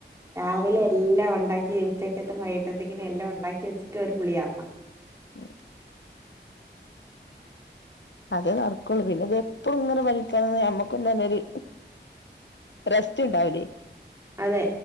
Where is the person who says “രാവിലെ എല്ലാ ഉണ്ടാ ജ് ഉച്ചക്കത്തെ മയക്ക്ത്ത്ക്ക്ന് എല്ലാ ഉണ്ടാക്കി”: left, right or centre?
Right